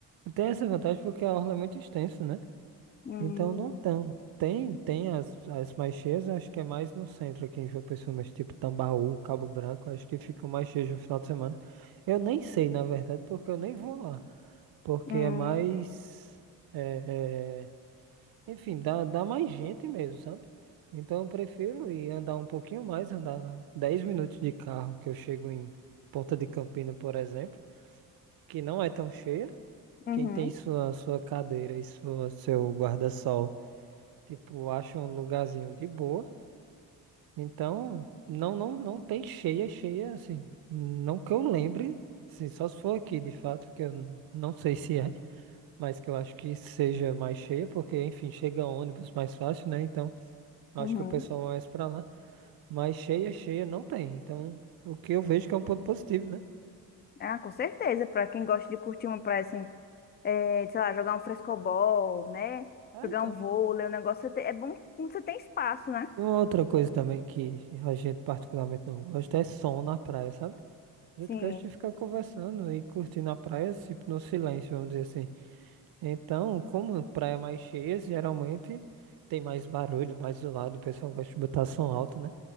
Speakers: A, on the right; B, on the left.
A: tem essa vantagem porque a orla é muito extensa, né?
B: Hum,
A: Então não tão. Tem, tem as, as mais cheias, eu acho que é mais no centro aqui em João Pessoa, mas tipo Tambaú, Cabo Branco, acho que ficam mais cheias no final de semana. Eu nem sei, na verdade, porque eu nem vou lá. Porque
B: hum,
A: é mais. é, é, enfim, dá, dá mais gente mesmo, sabe? Então eu prefiro ir andar um pouquinho mais, andar 10 minutos de carro, que eu chego em Ponta de Campina, por exemplo, que não é tão cheia.
B: uhum,
A: Quem tem sua, sua cadeira e sua, seu guarda-sol, tipo, acha um lugarzinho de boa. Então, não, não, não tem cheia, cheia assim. Não que eu lembre, assim, só se for aqui, de fato, que eu não sei se é. mas que eu acho que seja mais cheia, porque, enfim, chega ônibus mais fácil, né? Então, acho
B: uhum.
A: que o pessoal vai mais pra lá. Mas cheia, cheia não tem. Então, o que eu vejo que é um ponto positivo, né?
B: Ah, com certeza, pra quem gosta de curtir uma praia, assim, é, sei lá, jogar um frescobol, né?
A: Ah,
B: Jogar
A: então.
B: um vôlei, o negócio, você tem- é bom quando você tem espaço, né?
A: E uma outra coisa também que a gente particularmente não gosta é som na praia, sabe? A
B: Sim.
A: gente gosta de ficar conversando e curtindo a praia, tipo, no silêncio, vamos dizer assim. Então, como praia é mais cheia, geralmente tem mais barulho, mais zoado, o pessoal gosta de botar som alto, né?